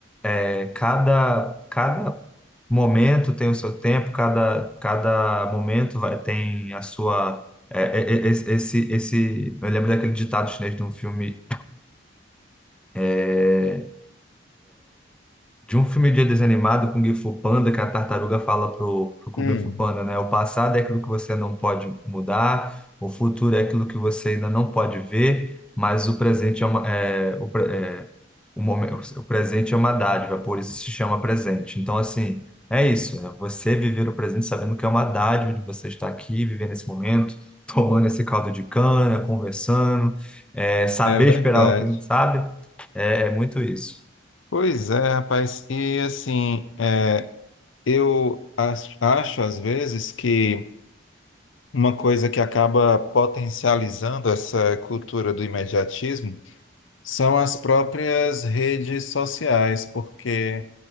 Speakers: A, in the centre; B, on the left.
A: é, cada, cada momento tem o seu tempo, cada, cada momento vai, tem a sua... é, é, é, esse, esse, esse- eu lembro daquele ditado chinês de um filme é, de um filme de desenho animado, Kung Fu Panda, que a tartaruga fala pro, pro Kung
B: Hum.
A: Fu Panda, né? O passado é aquilo que você não pode mudar, o futuro é aquilo que você ainda não pode ver, mas o presente é uma, é, o, pre- é, o momento, o presente é uma dádiva, por isso se chama presente. Então, assim, é isso, é você viver o presente sabendo que é uma dádiva de você estar aqui, vivendo esse momento, <laughs> tomando esse caldo de cana, conversando, é, saber
B: É verdade.
A: esperar o que, sabe? É, é muito isso.
B: Pois é, rapaz. E assim, é, eu acho, acho às vezes que Uma coisa que acaba potencializando essa cultura do imediatismo são as próprias redes sociais, porque